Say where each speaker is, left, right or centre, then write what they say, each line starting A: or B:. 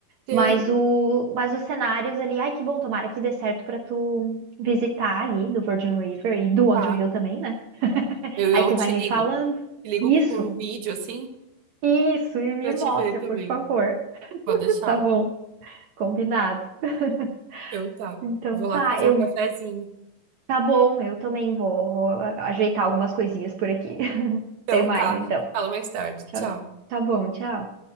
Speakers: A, on the right; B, on the right.
A: tem.
B: Mas o, mas os cenários ali, ai, que bom, tomara que dê certo pra tu visitar ali do Virgin River e do Outro
A: Tá.
B: Hill também, né?
A: Eu, eu
B: Aí tu
A: te
B: vai me
A: ligo.
B: falando.
A: Te ligo
B: Isso,
A: com um vídeo assim
B: isso, e me
A: pra
B: mostra,
A: te ver também.
B: por favor. <laughs>
A: Pode deixar.
B: Tá bom, combinado. <laughs>
A: Então tá.
B: Então
A: Vou
B: tá,
A: lá fazer
B: eu.
A: um cafezinho.
B: Tá bom, eu também vou, vou ajeitar algumas coisinhas por aqui. <laughs>
A: Então
B: Até mais,
A: tá.
B: então.
A: Fala mais tarde.
B: Tchau.
A: Tchau.
B: Tá bom, tchau.